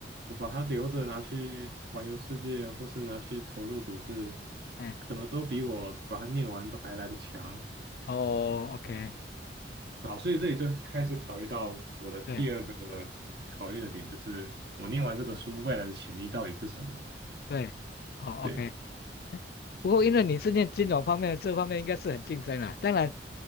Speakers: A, on the right; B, on the left.
A: 我把它留着拿去环游世界，或是拿去投入股市，
B: 哎。
A: 可能都比我把它念完都还来得强。
B: 哦，OK，
A: 好，所以这里就是开始考虑到我的第二个
B: 对
A: 考虑的点，就是我念完这个书未来的潜力到底是什么。
B: 对，哦，OK，
A: 对。
B: 嗯不过因为你是念金融方面的，这方面应该是很竞争啦。当然，